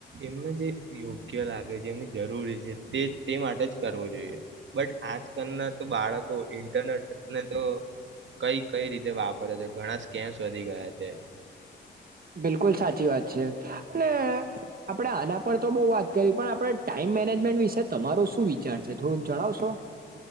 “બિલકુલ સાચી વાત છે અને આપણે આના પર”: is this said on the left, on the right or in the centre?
Right